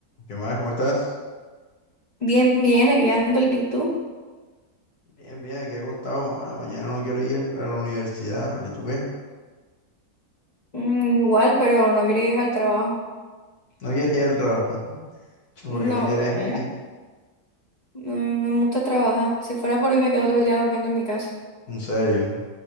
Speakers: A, on the left (about 85°); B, on the left (about 30°).
A: ¿Qué más? ¿Cómo estás?
B: Bien, bien, aquí ando ¿y tú?
A: Bien, bien, aquí acostado. Ah, mañana no quiero ir a la universidad, ¿vale? ¿Tú qué?
B: Mm, igual, pero no quería ir al trabajo.
A: No quieres ir al trabajo. <laughs> Chu,
B: No,
A: ¿Por qué no quieres
B: eh,
A: Mm, ir?
B: mm, no me gusta trabajar. Si fuera por mí me quedo todo el día durmiendo en mi casa.
A: En serio.